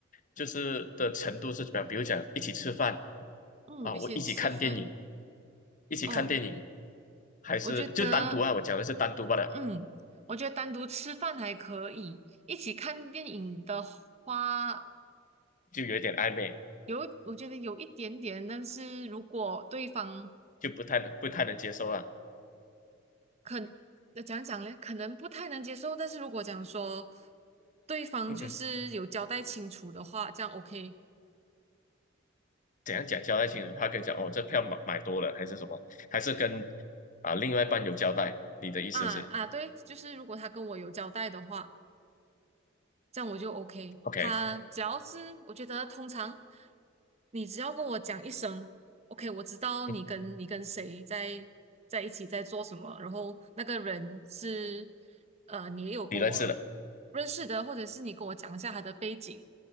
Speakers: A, on the left; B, on the right.
A: 就是的程度是怎么样？比如讲一起吃饭
B: 嗯，
A: 啊，
B: 一起吃饭
A: 我一起看电影，一起看电影，
B: 哦，
A: 还是就单独啊？
B: 我觉得
A: 我讲的是单独罢了，
B: 嗯，我觉得单独吃饭还可以，一起看电影的话。
A: 就有一点暧昧，
B: 有，我觉得有一点点，但是如果对方
A: 就不太能不太能接受了。
B: 可那讲讲嘞，可能不太能接受，但是如果讲说对方就是有交代清楚的话，
A: <laughs>
B: 这样 OK
A: 怎样讲交代清楚？他跟你讲哦，这票买买多了还是什么？还是跟啊、另外一半有交代？你的意思是
B: 啊啊，对，就是如果他跟我有交代的话，这样我就 OK。
A: OK，
B: 他只要是我觉得通常你只要跟我讲一声 OK，我知道你跟你跟谁在在一起在做什么，
A: 嗯，
B: 然后那个人是呃你也有跟我认识的，
A: 你认识的，
B: 或者是你跟我讲一下他的背景，